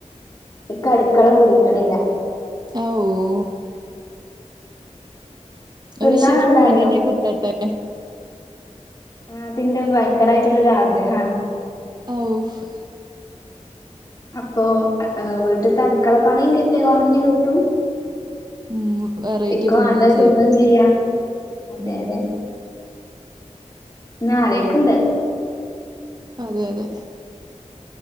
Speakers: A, on the left; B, on the right.
A: ഇക്കഅടുക്കള പുടിക്ക്ണില്ല
B: അവ്
A: തിന്നാൻ
B: ഒരു ഷെഫ്നെന്നെ
A: നല്ല അറിയും
B: കിട്ടട്ടെ
A: ആ അതിന്റെ ഭയങ്കരമായിട്ടുള്ളൊരു ആഗ്രഹമാണ്
B: ഓഫ്
A: അപ്പൊ വീട്ട്ത്തെ അടുക്കള പണിം ൻക്ക് കുറഞ്ഞു കിട്ടും
B: ഉം വെറൈറ്റി
A: ഇക്ക് വാണ്ടത്
B: ചെയ്യാ
A: തിന്നും ചെയ്യാം അതെ
B: ഉം
A: അതെ ന്നാലൊയിക്ക്ണ്ട്
B: അതെ അതെ